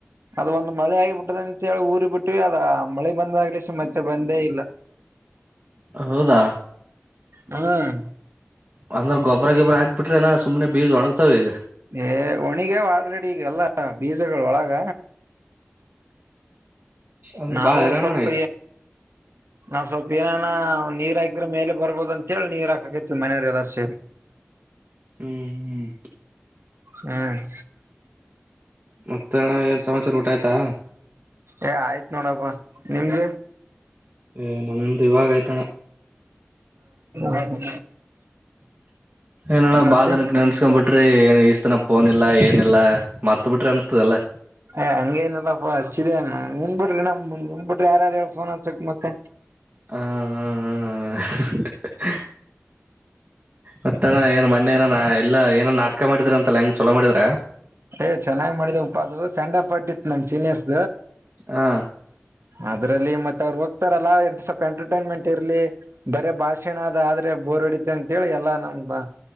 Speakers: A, on the right; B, on the right.
A: ಅದ ಒಂದು ಮಳೆ ಆಗಿಬಿಟ್ಟದ ಅಂತ ಹೇಳಿ ಊರಿ ಬಿಟ್ಟಿವಿ ಅದ ಮಳೆ ಬಂದಾಗ್ಲಸಿ ಮತ್ತೆ ಬಂದೇ ಇಲ್ಲ. <inaudible>
B: ಹೌದಾ
A: ಹ್ಮ್
B: ಅಂದ್ರ ಗೋಬ್ರಾ ಗಿಬ್ರಾ ಆಗ್ಬಿಟ್ರೇನ ಸುಮ್ನೆ ಬೀಜ ಒಣಗ್ತಾವ ಈಗ.
A: ಏ ಒನಿಗ್ಯಾವ ಆಲ್ರೆಡಿ ಈಗ ಎಲ್ಲ ಬೀಜಗಳು ಒಳಗ.
B: ಅಂದ್ರ
A: ನಾವು
B: ಬಾಳ ಹೈರಾಣ
A: ಸ್ವಲ್ಪ
B: ಅಣ್ಣ ಈಗ
A: ನಾವ್ ಸ್ವಲ್ಪ ಏನನ ನೀರ್ ಹಾಕಿದ್ರೆ ಮೇಲೆ ಬರ್ಬೋದ ಅಂತ ಹೇಳಿ ನೀರ್ ಹಾಕಕತಿವಿ ಮನೆಯವರು ಎಲ್ಲಾರು ಸೇರಿ.
B: ಹ್ಮ
A: ಹ್ಮ್
B: ಮತ್ತೆ ಅಣ್ಣ ಏನು ಸಮಾಚಾರ ಊಟ ಆಯ್ತಾ.
A: ಏ ಆಯ್ತ್ ನೋಡಪ್ಪ ನಿಮ್ದ.
B: ಏ ನಂದು ಇವಾಗ ಆಯ್ತಣ್ಣ
A: <inaudible>
B: ಏನಾ ಅಣ್ಣ
A: ಮತ್ತೆ
B: ಬಾಳ ದಿನಕ್ಕ ನೆನ್ಸ್ಕೊಂಡ್ ಬಿಟ್ಟಿ. ಇಸು ದಿನ ಫೋನ್ ಇಲ್ಲಾ ಏನಿಲ್ಲ ಮರ್ತು ಬಿಟ್ರಿ ಅನ್ಸುತ್ತೆ ಎಲ್ಲ.
A: ಏ ಹಂಗ ನಿಲ್ಲಪ್ಪಾ ಹಚ್ಚಿದ ನಿನ್ ಬಿಟ್ರ ನಮ ನಿನ್ ಬಿಟ್ರಿ ಯಾರ ಹೇಳ್ ಫೋನ್ ಹಚ್ಚಕ್ ಮತ್ತೆ.
B: ಹ ಹ ಹಾ ಮತ್ತ ಅಣ್ಣ ಮೊನ್ನೆ. ಮೊನ್ನೆ ಏನೋ ನಾಟಕ ಮಾಡಿದ್ರ ಅಲ್ಲ ಹೆಂಗ ಚಲೋ ಮಾಡಿದ್ರ.
A: ಏ್ ಚೆನ್ನಾಗ್ ಮಾಡಿದ್ ಉಪ್ಪ ಅದು ಸ್ಯಾಂಡ್ಣ ಪಟ್ಟಿತ್ತು ನಮ್ ಸೀನಿಯರ್ಸ್
B: ಹಾ
A: ಅದ್ರಲ್ಲಿ ಮತ್ತೆ ಅವ್ರು ಹೋಗ್ತಾರಲ್ಲಾ ಸ್ವಲ್ಪ ಎಂಟರ್ಟೈನ್ಮೆಂಟ್ ಇರ್ಲಿ ಬರ ಭಾಷೆನಾದ ಆದ್ರೆ ಬೋರ್ಡಿತ ಅಂತೇಳಿ ಎಲ್ಲಾ ನಮ